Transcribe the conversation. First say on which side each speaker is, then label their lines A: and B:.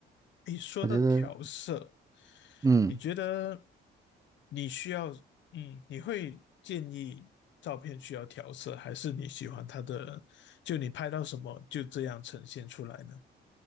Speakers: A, on the left; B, on the right.
A: 诶，说到调色，
B: 我觉得，嗯。
A: 你觉得你需要，嗯，你会建议照片需要调色，还是你喜欢它的，就你拍到什么就这样呈现出来呢？